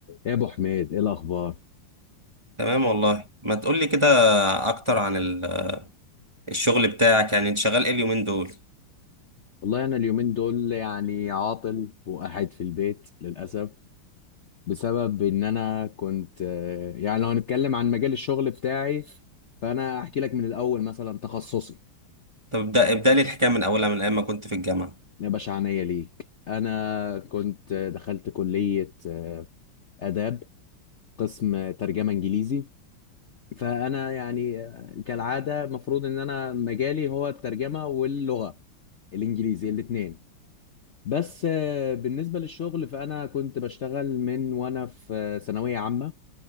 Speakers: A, on the left (about 75°); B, on the right (about 20°).
A: يا ابو حميد ايه الاخبار
B: تمام والله ما تقولي كده اكتر عن ال- الشغل بتاعك يعني انت شغال ايه اليومين دول
A: والله انا اليومين دول يعني عاطل وقاعد في البيت للاسف بسبب ان انا كنت آه، يعني لو هنتكلم عن مجال الشغل بتاعي فانا احكي لك من الاول مثلا تخصصي
B: طب ابدا ابدا لي الحكايه من اولها من ايام ما كنت في الجامعه
A: يا باشا عينيا ليك انا كنت آه، دخلت كلية آه، آداب قسم آه، ترجمة انجليزي فانا يعني آه، كالعادة المفروض ان انا مجالي هو الترجمة واللغة الانجليزي الاثنين بس آه، بالنسبة للشغل فأنا كنت بشتغل من وأنا في آه، ثانوية عامة